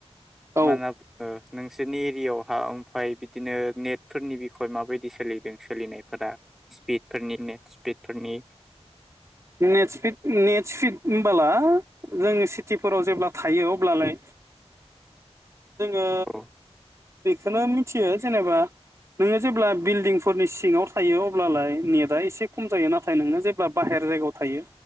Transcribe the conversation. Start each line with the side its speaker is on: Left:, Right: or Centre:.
Right: औ
Centre: मा <unintelligible> नोंस नि एरियावहा ओमफाय बिदिनो नेटफोरनि बिखय माबायदि सोलिदों? सोलिनायफोरा स्पिडफोरनि नेट स्पिडफोरनि
Right: नेट स्पिड नेट स्पिड होमबोला जोङो सिटिफोराव जेब्ला थायो अब्लालाय जोङो
Centre: औ
Right: बेखौनो मिथियो जेनेबा नोङो जेब्ला बिल्डिंफोरनि सिङाव थायो अब्लालाय नेटआ एसे खम जायो नाथाय नोङो जेब्ला बाहेर जायगायाव थायो